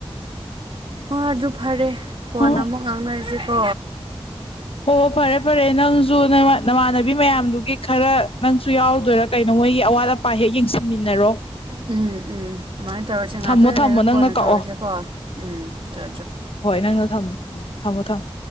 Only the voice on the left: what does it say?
ꯑꯣ
ꯑꯣ ꯐꯔꯦ ꯐꯔꯦ ꯅꯪꯁꯨ ꯅꯃꯥꯟꯅꯕꯤ ꯃꯌꯥꯝꯗꯨꯒꯤ ꯈꯔ ꯅꯪꯁꯨ ꯌꯥꯎꯗꯣꯏꯔꯥ ꯀꯩꯅꯣ ꯃꯣꯏꯒꯤ ꯑꯋꯥꯠ ꯑꯄꯥ ꯍꯦꯛ ꯌꯦꯡꯁꯤꯟꯃꯤꯟꯅꯔꯣ
ꯊꯝꯃꯣ
ꯊꯝꯃꯣ ꯅꯪꯅ
ꯀꯛꯑꯣ
ꯌꯥ ꯊꯝꯃꯣ ꯎꯝ ꯊꯝꯃꯣ ꯊꯝꯃꯣ